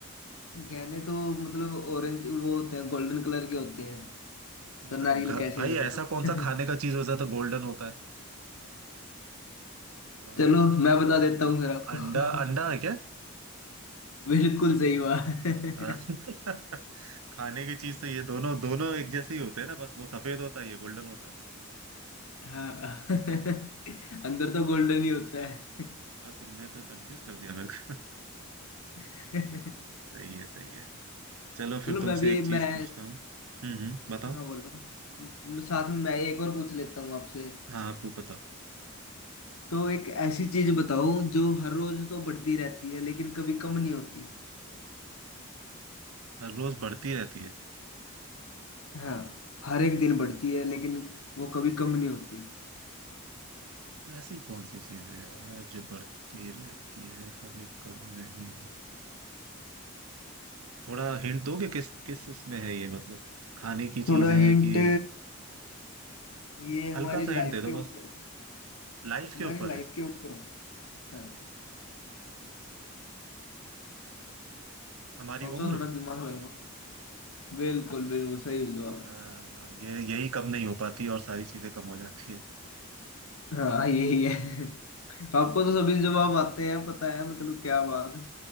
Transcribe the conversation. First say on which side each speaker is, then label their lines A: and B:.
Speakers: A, on the left; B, on the right.
A: गहने तो मतलब ऑरेंज वो होते हैं गोल्डन कलर के होते हैं तो नारियल
B: तो घ-
A: कैसे
B: भाई
A: होएगा
B: ऐसा कौन
A: <laughs>
B: सा खाने का चीज होता है तो गोल्डन होता है अ,
A: चलो मैं बता देता हूँ फिर आपको
B: अंडा अंडा
A: <laughs>
B: है क्या
A: बिल्कुल सही बात
B: अ, <laughs> खाने की चीज तो ये दोनों दोनों एक जैसे ही होते हैं ना बस वो सफेद होता है ये गोल्डन होता है
A: <laughs> हाँ <laughs> अंदर तो गोल्डन ही होता है
B: पूरा तुमने तो कंफ्यूज कर दिया मेरे को
A: <laughs>
B: सही है सही है चलो फिर
A: चलो
B: तुमसे
A: मैं भी
B: एक चीज
A: मैं
B: पूछता हूँ हम्म हम्म बताओ
A: हाँ बोलो म- साथ में मैं एक और पूछ लेता हूँ आपसे
B: हाँ आप वो बताओ
A: तो एक ऐसी चीज बताओ जो हर रोज तो बढ़ती रहती है लेकिन कभी कम नहीं होती
B: हर रोज बढ़ती रहती है
A: हाँ हर एक दिन बढ़ती है लेकिन वो कभी कम नहीं होती
B: ऐसी कौन सी चीज है यार जो बढ़ती रहती है कभी कम नहीं थोड़ा हिंट दोगे किस किस इसमें है ये मतलब खाने की
A: थोड़ा
B: चीज है
A: हिंट
B: कि
A: ये हमारी
B: हल्का सा
A: लाइफ
B: हिंट दे दो
A: के ऊपर
B: बस लाइफ
A: हमारी
B: के ऊपर
A: लाइफ
B: है
A: के ऊपर है। हाँ
B: लाइफ हमारी
A: सोचो
B: उम्र
A: थोड़ा दिमाग लगाओ बिल्कुल बिल्कुल सही जवाब
B: आ, ये यही कम नहीं हो पाती और सारी चीजें कम हो जाती है
A: हाँ यही है <laughs> आपको तो सभी जवाब आते हैं पता है मतलब क्या बात है।